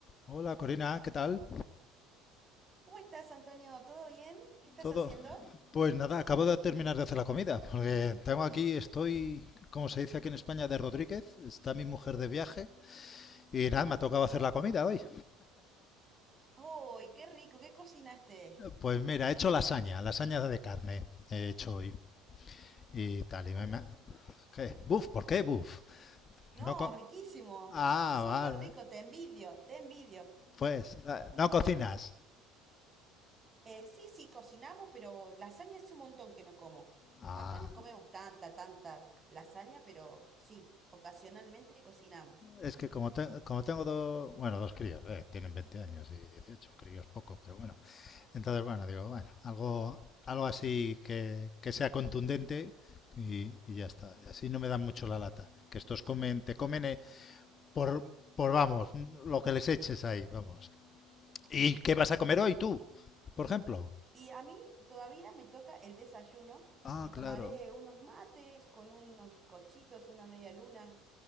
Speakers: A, on the left; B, on the right.
A: Hola Corina, ¿qué tal?
B: ¿Cómo estás, Antonio? ¿Todo bien? ¿Qué estás
A: ¿Todo?
B: haciendo?
A: Pues nada, acabo de terminar de hacer la comida, porque tengo aquí, estoy, como se dice aquí en España, de Rodríguez, está mi mujer de viaje y nada, me ha tocado hacer la comida hoy.
B: ¡Uy, qué rico! ¿Qué cocinaste?
A: Pues mira, he hecho lasaña, lasaña de carne he hecho hoy y tal,
B: Uf,
A: y me... me- ¿Qué? ¿Buf? ¿Por qué buf?
B: no,
A: No co-
B: riquísimo.
A: Ah,
B: Súper
A: vale.
B: rico, te envidio, te envidio.
A: Pues, eh, no cocinas.
B: Eh, sí, sí, cocinamos, pero lasaña hace un montón que no como.
A: Ah,
B: Acá no comemos tanta, tanta lasaña, pero sí, ocasionalmente cocinamos.
A: es que como, te- como tengo dos, bueno, dos críos, eh, tienen 20 años y dieciocho críos poco, pero bueno. Entonces, bueno, digo, bueno, algo, algo así que, que sea contundente y, y ya está. Y así no me dan mucho la lata. Que estos comen, te comen eh, por, por, vamos, lo que les eches ahí, vamos. ¿Y qué vas a comer hoy tú, por ejemplo?
B: Y a mí todavía me toca el desayuno
A: Ah,
B: y
A: claro.
B: tomaré unos mates con unos bizcochitos, una media luna.